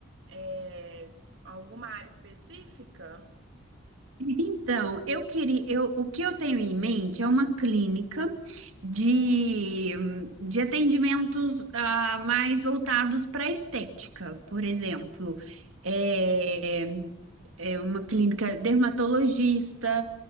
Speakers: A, on the right; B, on the right.
A: é, alguma área específica?
B: Então, eu queria, eu, o que eu tenho em mente é uma clínica de, de atendimentos ah, mais voltados para estética, por exemplo, é, é uma clínica dermatologista,